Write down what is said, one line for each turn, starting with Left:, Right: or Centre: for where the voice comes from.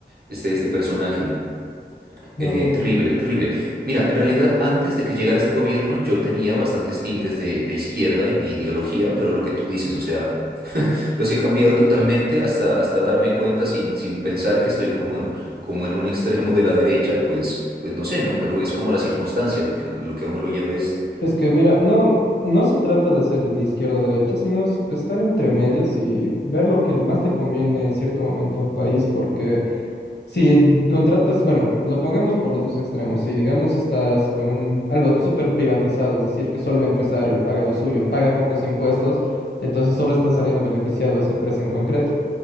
Right: este, este personaje.
Left: uh.
Right: Eh, terrible, terrible. Mira, en realidad antes de que llegara este gobierno yo tenía bastantes tintes de, de izquierda en mi ideología, pero lo que tú dices, o sea, los he cambiado totalmente hasta, hasta darme cuenta sin, sin pensar que estoy como, como en un extremo de la derecha, pues, pues no sé, ¿no? Pero es como las circunstancias lo que, lo que a uno lo lleva a esto.
Left: Es que mira, no, no se trata de ser de izquierda o derecha, sino es estar entre medias y ver lo que más le conviene en cierto momento a un país, porque si contratas, bueno, lo pongamos por los dos extremos, si digamos estás con un algo súper privatizado, es decir, que solo el empresario haga lo suyo, paga pocos impuestos, entonces solo está saliendo beneficiado esa empresa en concreto.